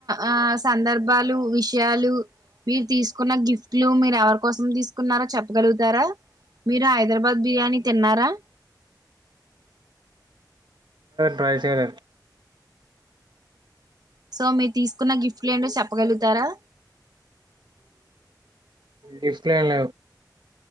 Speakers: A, on the right (about 60°); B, on the right (about 85°).
A: ఆ సందర్భాలు విషయాలు మీరు తీసుకున్న గిఫ్ట్లు మీరు ఎవరి కోసం తీసుకున్నారో చెప్పగలుగుతారా మీరు హైదరాబాద్ బిర్యానీ తిన్నారా
B: ట్రై చేయలే
A: సో మీరు తీసుకున్న గిఫ్ట్లు ఏంటో చెప్పగలుగుతారా
B: గిఫ్ట్ ఏమి లెవ్